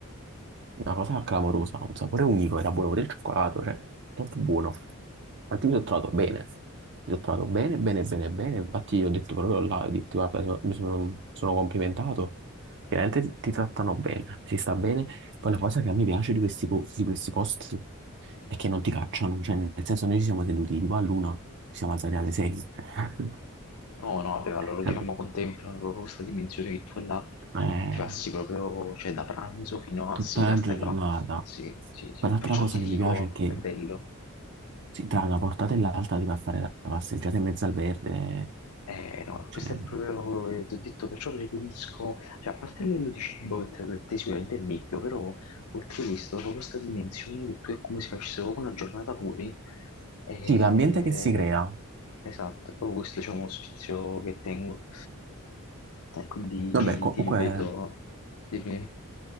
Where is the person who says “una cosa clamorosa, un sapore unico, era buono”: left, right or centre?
Right